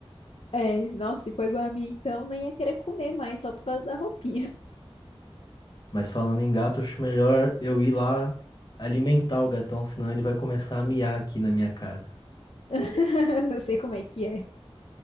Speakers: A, on the left; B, on the left.
A: é, nossa, se for igual a mim então, nem ia querer comer mais só por causa da roupinha.
B: Mas falando em gato, acho melhor eu ir lá alimentar o gatão, senão ele vai começar a miar aqui na minha cara.
A: <laughs> Eu sei como é que é.